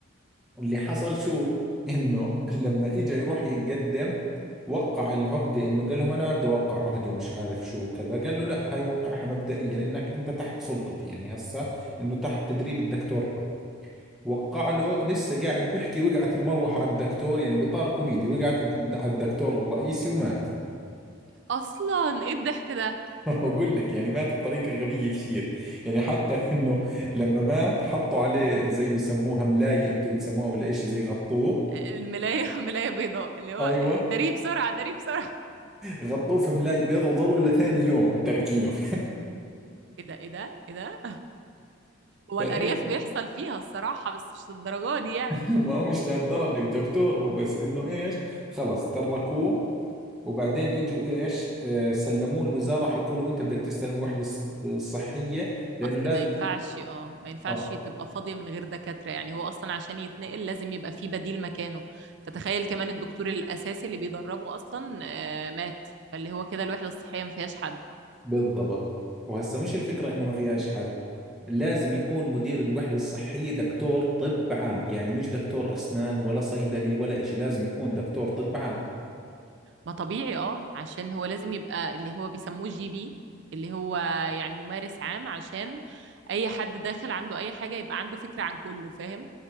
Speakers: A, in the centre; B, on the right (about 55°).
A: اللي حصل شو انه لما اجى يروح يقدم وقع العهده انه قال لهم انا ما بدي اوقع عهدي ومش عارف شو كذا قال له لا هاي وقعها مبدئيا انك انت تحت سلطتي يعني هسه انه تحت تدريب الدكتور وقع له لسه قاعد بحكي وقعت المروحة على الدكتور يعني بإطار كوميدي وقعت الد- على الدكتور الرئيسي ومات
B: اصلا ايه الضحك ده
A: <laughs> بقول لك يعني مات بطريقة غبية كثير يعني حتى <laughs> انه لما مات حطوا عليه زي بسموها ملاية انتم بتسموها ولا اشي زي غطوه
B: الملاية <laughs> ملاية بيضاء اللي هو
A: ايوه
B: داريه بسرعة داريه بسرعة
A: غطوه في ملاي بيضة وظلوا لثاني يوم تركينه <laughs>
B: ايه ده ايه ده ايه ده هو
A: فايه
B: الأرياف بيحصل فيها الصراحة بس مش للدرجة دي يعني
A: ما هو مش لهالدرجة ودكتور هو بس انه ايش خلص تركوه وبعدين اجوا ايش آه سلموه الوزاره حكوا له انت بدك تستلم الوحده الص- الصحيه لانه
B: أصل
A: لازم
B: ما ينفعش اه ما ينفعش
A: اه
B: تبقى فاضية من غير دكاترة يعني هو أصلا عشان يتنقل لازم يبقى فيه بديل مكانه فتخيل كمان الدكتور الأساسي اللي بيدربه أصلا آه، مات فاللي هو كده الوحدة الصحية ما فيهاش حد
A: بالضبط وهسه مش الفكره انه ما فيهاش حد لازم يكون مدير الوحده الصحيه دكتور طب عام يعني مش دكتور اسنان ولا صيدلي ولا إشي لازم يكون دكتور طب عام
B: ما طبيعي اه عشان هو لازم يبقى اللي هو بيسموه جي بي اللي هو يعني ممارس عام عشان أي حد داخل عنده أي حاجة يبقى عنده فكرة عن كله فاهم